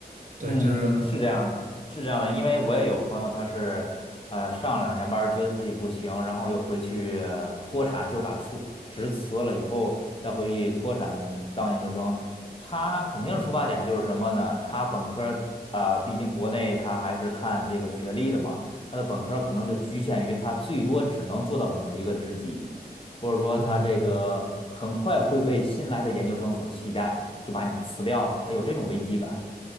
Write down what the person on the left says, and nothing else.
嗯嗯嗯，
是这样的，是这样的，因为我也有朋友，他是，呃，上两年班儿觉得自己不行，然后又回去呃脱产，就把辞职辞了以后，再回去脱产当研究生。他肯定出发点就是什么呢？他本科啊、呃毕竟国内他还是看这个学历的嘛，他的本科儿可能就局限于他最多只能做到某一个职级，或者说他这个很快会被新来的研究生所替代，
就把你辞掉了，他有这种危机感。